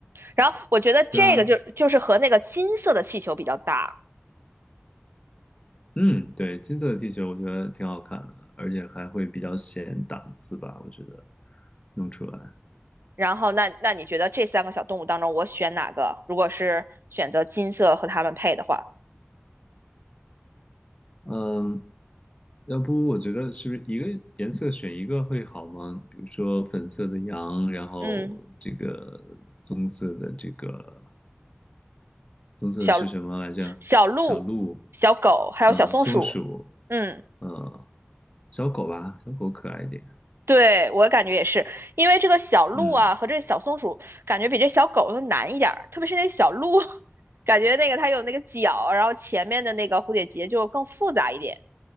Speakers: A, on the right; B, on the left.
A: 然后我觉得这个就就是和那个金色的气球比较搭。
B: 对啊，嗯，对，金色的 T 恤我觉得挺好看的，而且还会比较显档次吧，我觉得弄出来。
A: 然后那那你觉得这三个小动物当中，我选哪个？如果是选择金色和它们配的话，
B: 嗯，要不我觉得是不是一个颜色选一个会好吗？比如说粉色的羊，然后这个棕色的这个
A: 嗯，
B: 棕色的是什么来着？
A: 小小鹿、
B: 小鹿，
A: 小狗还有小松鼠，
B: 呃，松鼠，
A: 嗯。
B: 呃，小狗吧，小狗可爱一点。
A: 对，我感觉也是，因为这个小鹿啊和这个小松鼠，
B: 嗯
A: 感觉比这小狗要难一点儿，特别是那小鹿，<laughs> 感觉那个它有那个角，然后前面的那个蝴蝶结就更复杂一点，